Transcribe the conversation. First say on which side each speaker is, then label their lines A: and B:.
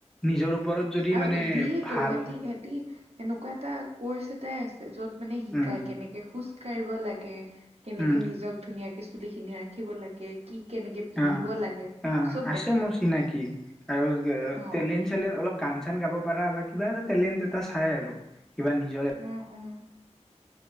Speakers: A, in the centre; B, on the right.
A: নিজৰ ওপৰত যদি
B: আৰু
A: মানে
B: দিয়েইটো
A: ভাল
B: সেতি সেতি এনেকুৱা এটা কৰ্চ এটাই আছে, য'ত মানে শিকাই
A: উম
B: কেনেকে খোজ কাঢ়িব লাগে। কেনেকে
A: উম
B: নিজক ধুনীয়াকে চুলি খিনি ৰাখিব লাগে, কি কেনেকে পিন্ধিব
A: অ
B: লাগে,
A: অ
B: চব
A: আছে
B: দেখায়
A: মোৰ চিনাকি আৰু
B: অ',
A: টেলেণ্ট-চেলেণ্ট অলপ গান চান গাব পাৰা বা কিবা এটা টেলেণ্ট এটা চাই আৰু। কিবা নিজৰ
B: উম, উম।